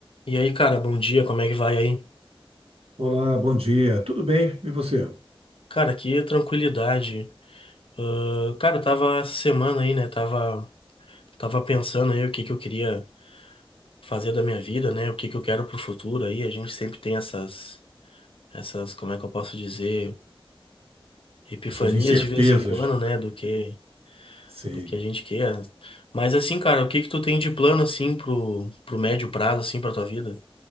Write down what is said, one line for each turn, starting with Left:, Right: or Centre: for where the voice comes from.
Left: E aí, cara, bom dia, como é que vai aí?
Right: Olá, bom dia. Tudo bem? E você?
Left: Cara, que tranquilidade. Ah, cara, eu tava essa semana aí, né? Tava, tava pensando aí o que que eu queria fazer da minha vida, né? O que que eu quero pro futuro aí. A gente sempre tem essas, essas, como é que eu posso dizer, epifanias
Right: Essas incertezas,
Left: de vez em quando, né? Do que,
Right: sei.
Left: do que a gente quer. Mas assim, cara, o que que tu tem de plano assim pro, pro médio prazo, assim, pra tua vida?